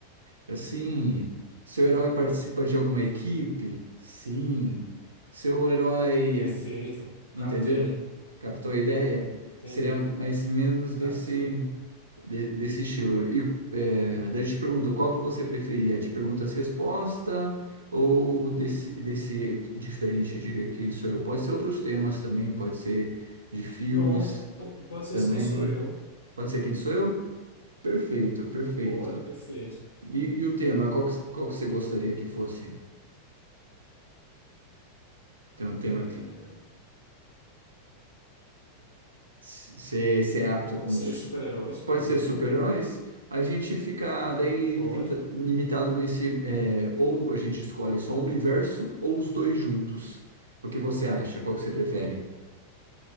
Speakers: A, on the right (about 75°); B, on the left (about 75°).
A: Assim, seu herói participa de alguma equipe? Sim. Seu herói,
B: perfeito.
A: entendeu?
B: Captei.
A: Captou a ideia?
B: Entendi.
A: Seria mais ou menos
B: Captei.
A: desse, de- desse estilo. E é, daí eu te pergunto, qual que você preferia? De perguntas-resposta ou desse, desse diferente de quem sou eu? Pode ser outros temas também, pode ser de filmes
B: Pronto. P- pode ser
A: também.
B: esse quem sou eu.
A: Pode ser quem sou eu? Perfeito, perfeito.
B: Pode, perfeito.
A: E, e o tema, qual que, qual que você gostaria que fosse? Tem um tema
B: É,
A: que se se é apto
B: pode
A: com.
B: ser
A: su-
B: super-heróis, por
A: Pode
B: exemplo.
A: ser super-heróis? A gente fica daí
B: Pode.
A: limita- limitado nesse. é, ou a gente escolhe só um universo ou os dois juntos. O que você acha? Qual que você prefere?